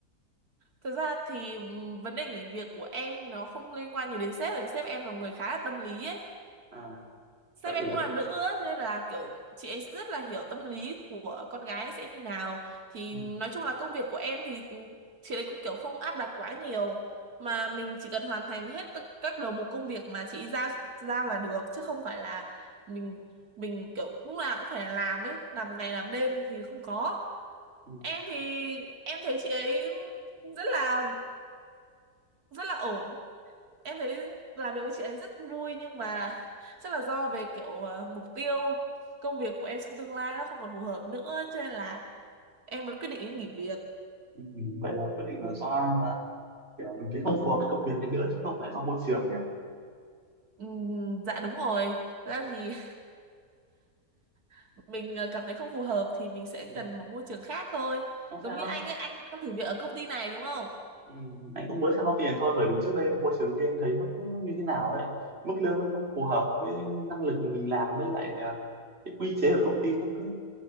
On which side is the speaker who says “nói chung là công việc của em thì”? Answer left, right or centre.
Right